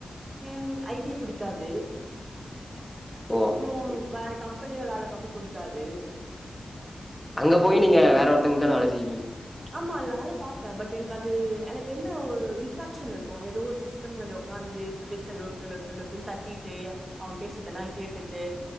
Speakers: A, on the right; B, in the centre.
A: N I T புடிக்காது
B: ஓ
A: அப்றோ
B: சரி
A: வேற கம்பெனில வேல பாக்க புடிக்காது
B: அங்க போய் நீங்க வேற ஒருத்தங்குத்தான வேல செய்வீங்க
A: ஆமா அது வேல பாப்பே பட் எனக்கு அது எனக்கு என்ன ஒரு இன்ட்ராகஷன் இருக்கு எதோ ஒரு சி ஸ்டம் முன்னாடி ஒக்காந்து வெத்த லொட்டு லொட்டு லொட்டுன்னு தட்டிட்டு அவ பேசுறதெல்லா கேட்டுட்டு